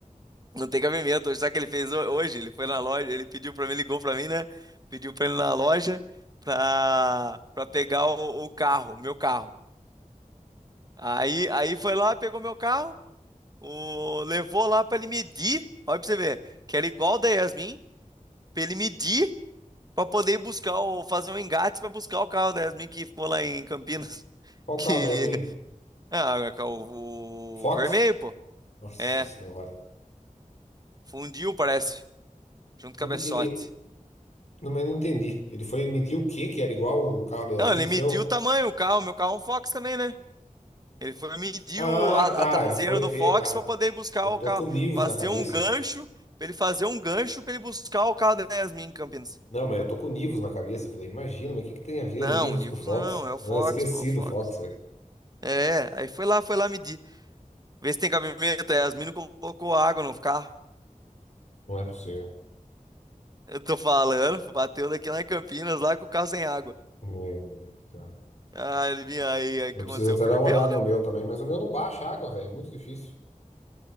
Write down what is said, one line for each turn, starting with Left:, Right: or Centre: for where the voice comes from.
Right: Não tem cabimento. Hoje, Sabe o que ele fez ho- hoje? Ele foi na loja, ele pediu pra mim, ligou pra mim, né? Pediu pra ele ir na loja pra, pra pegar o, o carro, meu carro. Aí, aí foi lá, pegou meu carro, o, levou lá pra ele medir. Olha pra você ver, que era igual o da Yasmin, pra ele medir pra poder ir buscar, o, fazer um engate pra buscar o carro da Yasmin que ficou lá em Campinas. <laughs>
Left: Qual
Right: Que
Left: carro, é, Yasmin?
Right: Ah, é o,
Left: Fox?
Right: o vermelho, pô.
Left: Nossa
Right: É,
Left: senhora.
Right: fundiu, parece, junto
Left: Mas
Right: com a cabeçote.
Left: Ele, ele, não, mas eu não entendi. Ele foi medir o que que era igual o carro da Yasmin,
Right: Não, ele
Left: no
Right: mediu
Left: seu?
Right: o tamanho, o carro, meu carro é um Fox também, né? Ele foi medir
Left: Ah,
Right: o- a,
Left: tá.
Right: a traseira
Left: Ele foi
Right: do
Left: ver.
Right: Fox
Left: Ah,
Right: para poder buscar
Left: eu
Right: o
Left: tô
Right: carro,
Left: com o Nivus
Right: fazer
Left: na cabeça,
Right: um gancho,
Left: velho.
Right: pra ele fazer um gancho pra ele buscar o carro da Yasmin em Campinas.
Left: Não, mas eu tô com o Nivus na cabeça. Eu falei, imagina, mas o que que tem a ver
Right: Não,
Left: o Nivus
Right: o Nivus
Left: com o Fox?
Right: não, é o
Left: Ah,
Right: Fox,
Left: esqueci
Right: pô, é o Fox.
Left: do Fox, velho.
Right: É, aí foi lá, foi lá medir. Vê se tem cabimento, a Yasmin não colocou água no carro.
Left: Não é possível.
Right: Eu tô falando, bateu daqui lá em Campinas, lá com o carro sem água.
Left: Meu Deus do céu.
Right: Ah, adivinha aí, aí
Left: Eu
Right: o que
Left: preciso
Right: aconteceu?
Left: até
Right: Ferveu,
Left: dar uma olhada
Right: né?
Left: no meu também, mas o meu não baixa água, velho. É Muito difícil.